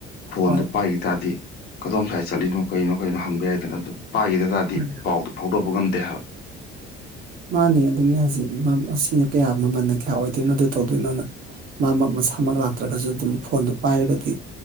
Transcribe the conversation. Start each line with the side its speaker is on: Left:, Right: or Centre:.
Left: ꯐꯣꯟꯗꯨ
Right: ꯍꯣꯏ
Left: ꯄꯥꯏꯈꯤ ꯇꯥꯔꯗꯤ ꯀꯗꯣꯝ ꯁꯥꯏꯠꯗ ꯆꯠꯂꯤꯅꯣ ꯀꯩꯅꯣ ꯀꯩꯅꯣ ꯍꯪꯕ ꯌꯥꯏꯗꯅ ꯑꯗꯨ ꯄꯥꯏꯈꯤꯗ ꯇꯥꯔꯗꯤ
Right: ꯎꯝ
Left: ꯄꯥꯎꯗꯨ ꯐꯥꯎꯗꯣꯅꯕ ꯉꯝꯗꯦ ꯍꯥꯏꯕ
Right: ꯃꯥꯅꯦ ꯑꯗꯨꯅꯤ ꯍꯥꯏꯁꯤ ꯑꯁꯤꯅ ꯀꯌꯥ ꯃꯃꯜꯅ ꯀꯌꯥ ꯑꯣꯏꯗꯣꯏꯅꯣ ꯑꯗ ꯨꯇꯧꯗꯣꯏꯅꯣꯅ ꯃꯥꯃꯛ ꯃꯁꯥꯃꯛ ꯂꯥꯛꯇ꯭ꯔꯒꯁꯨ ꯑꯗꯨꯝ ꯐꯣꯟꯗꯨ ꯄꯥꯏꯔꯒꯗꯤ